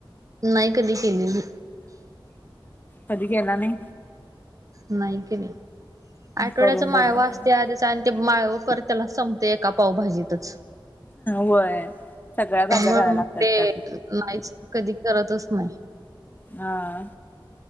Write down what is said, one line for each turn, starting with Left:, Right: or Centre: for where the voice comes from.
Right: नाही कधी केलेली
Left: कधी केला <inaudible>
Right: नाही केली आठवड्याचा
Left: करून
Right: माळवा
Left: बघा तुम्ही
Right: असते कारण ते माळव परत त्याला संपत एका पावभाजीतच.
Left: व्हय सगळ्या भाज्या
Right: त्यामुळे
Left: घाला लागतात
Right: मग ते
Left: त्यात
Right: नाहीच कधी करतच नाही
Left: हा